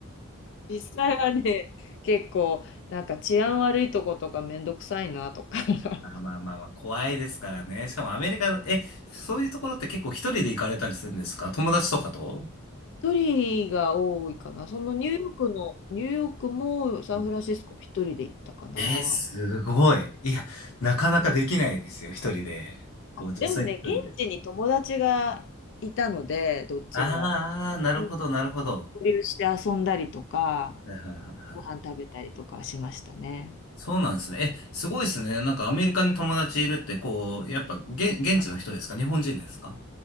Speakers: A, on the left; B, on the left.
A: 実際はね、結構なんか治安悪いとことかめんどくさいなとか。<laughs>
B: あ、まあまあまあ、怖いですからね。しかもアメリカの、え、そういうところって結構一人で行かれたりするんですか友達とかと
A: 一人が多いかな。そのニューヨークの、ニューヨークもサンフランシスコも一人で行ったかな。
B: うんえー、すごい。いや、なかなかできないですよ、一人で。
A: あ、
B: こう、女性一人で。
A: でもね、現地に友達がいたので、どっちも。
B: ああ、なるほど、
A: うん
B: なるほど。
A: 交流して遊んだりとか、
B: はいはいはいはい。
A: ご飯食べたりとかしましたね。
B: そうなんですね。え、すごいですね。なんかアメリカに友達いるって、こう、やっぱ、げ、現地の人ですか日本人ですか